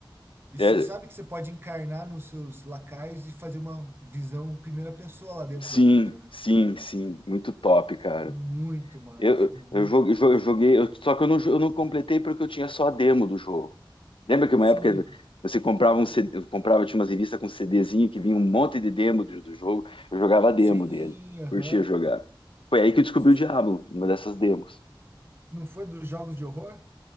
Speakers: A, on the right; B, on the left.
A: E
B: é,
A: você sabe que você pode encarnar nos seus lacaios e fazer uma visão primeira pessoa lá dentro
B: sim,
A: da dungeon, né?
B: sim, sim, muito top, cara.
A: Muito massa,
B: Eu,
A: muito
B: eu, jo-
A: massa.
B: jo- eu joguei, eu- só que eu não, jo- eu não completei porque eu tinha só a demo do jogo. Lembra que uma
A: Sim,
B: época você comprava um CD, comprava, tinha umas revistas com CDzinho que vinha um monte de demo do, do jogo, eu jogava a demo
A: sim,
B: dele,
A: aham.
B: curtia jogar. Foi aí que eu descobri
A: Cês-
B: o Diablo, uma dessas demos.
A: Não foi dos jogos de horror?